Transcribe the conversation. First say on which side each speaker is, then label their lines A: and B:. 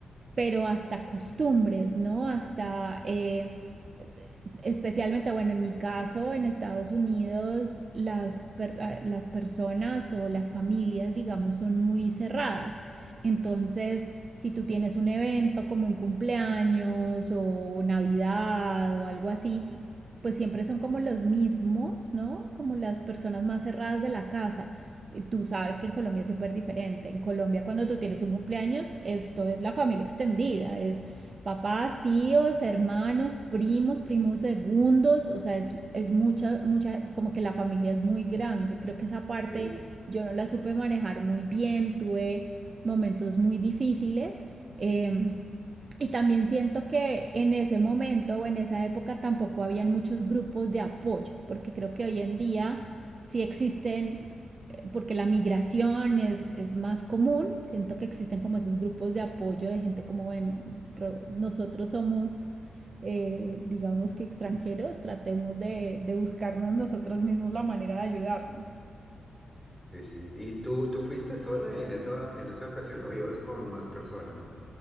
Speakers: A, on the right; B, in the centre.
A: pero hasta costumbres, ¿no? Hasta eh, especialmente, bueno, en mi caso, en Estados Unidos, las, per ah, las personas o las familias, digamos, son muy cerradas. Entonces, si tú tienes un evento como un cumpleaños o Navidad o algo así, pues siempre son como los mismos, ¿no? Como las personas más cerradas de la casa. Tú sabes que en Colombia es súper diferente. En Colombia, cuando tú tienes un cumpleaños, esto es la familia extendida, es papás, tíos, hermanos, primos, primos segundos, o sea, es, es mucha, mucha, como que la familia es muy grande. Creo que esa parte
B: Sí,
A: yo no la supe manejar muy bien, tuve momentos muy difíciles. eh, y también siento que en ese momento o en esa época tampoco habían muchos grupos de apoyo, porque creo que hoy en día sí existen porque la migración es, es, más común, siento que existen como esos grupos de apoyo de gente como, bueno, re, nosotros somos, eh, digamos que extranjeros, tratemos de, de buscarnos nosotros mismos la manera de ayudarnos.
B: sí, sí. ¿Y tú, tú fuiste sola en esa, en esa ocasión o ibas con más personas?